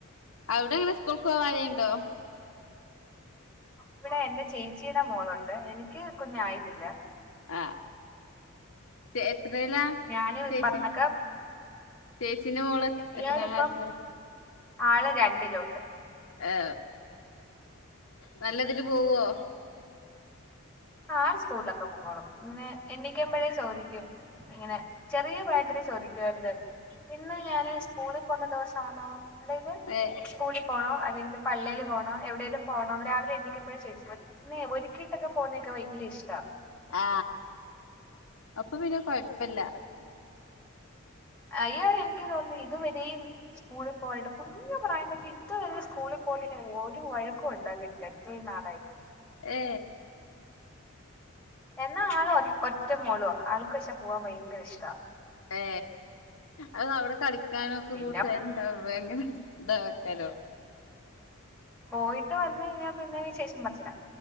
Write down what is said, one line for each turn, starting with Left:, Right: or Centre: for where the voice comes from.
Left: അവിടെങ്ങനെ സ്കൂൾക്ക് പോവാനാ രോലേുണ്ടോ
Centre: ഇവിടെ എന്റെ ചേച്ചിയുടെ മോളുണ്ട് എനിക്ക് കുഞ്ഞായിട്ടില്ല
Left: ആ എത്രല
Centre: ഞാനും
Left: ചേച്ചി
Centre: ഈ പറഞ്ഞൊക്കെ
Left: ചേച്ചിന്റെ മോള്
Centre: ഇയാളിപ്പം
Left: എത്ര ക്ലാസിലാ
Centre: ആള് രണ്ടിലോട്ട്
Left: ഏ നല്ലതില് പോവോ
Centre: ആ സ്കൂളിലൊക്കെ പോക്കോളും പിന്നെ എണ്ണിക്കാുമ്പോഴേ ചോദിക്കും ഇങ്ങനെ ചെറിയ പ്രായത്തിലെ ചോദിക്കരുന്നു ഇന്ന് ഞാന് സ്കൂളിൽ പോന്ന ദിവസണോ അതായത്
Left: ഏഹ്
Centre: സ്കൂളിൽ പോണോ അല്ലെങ്കിൽ പള്ളിയിൽ പോണോ എവിടെലും പോണോന്ന് രാവിലെ എണിക്കുമ്പോയെ ചോദിക്കു ഒരുക്കിട്ടൊക്കെ പോകുന്നേക്കെ വലിയ ഇഷ്ടാ
Left: ആ അപ്പൊ പിന്നെ കൊഴപ്പില്ല
Centre: അയ്യൾ എനിക്ക് തോന്നി ഇതുവരെയും സ്കൂളിൽ പോവാനായിട്ട് കുഞ്ഞുപ്രായതെട്ട് ഇതു സ്കൂളിൽ പോവാനായിട്ട് ഒരു വഴക്കും ഉണ്ടാക്കിട്ടില്ല ഇത്ര നാളായിട്ട്
Left: ഏ
Centre: എന്നാ ആള് ഒ ഒറ്റ മോളോ ആൾക്ക പക്ഷേ പോവാാൻ ഭയങ്കര ഇഷ്ട
Left: ഏ അത് അവിടെ കളിക്കാനും ഒക്കെ
Centre: പിന്നെ
Left: കൂട്ടുകാരുണ്ടാവേ അങ്ങനെ ഇ- തരോ
Centre: പോയിട്ട് വന്ന് കഴിഞ്ഞാൽ പിന്നെ വിശേഷം പറച്ചില